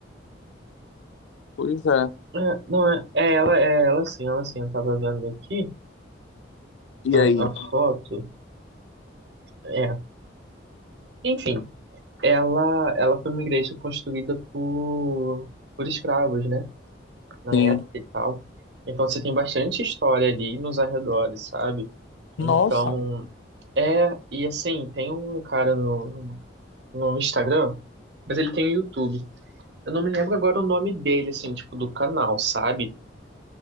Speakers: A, on the left; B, on the right.
A: Pois é.
B: é. é, não, é, é ela, é ela sim, ela sim. Eu tava vendo aqui
A: E
B: a,
A: aí?
B: a foto. É. Enfim, ela, ela foi uma igreja construída por, por escravos, né? na
A: Sim.
B: época e tal. Então você tem bastante história ali nos arredores, sabe?
A: Nossa,
B: Então, é, e assim, tem um cara no, no Instagram, mas ele tem o YouTube. Eu não me lembro agora o nome dele, assim, tipo, do canal, sabe?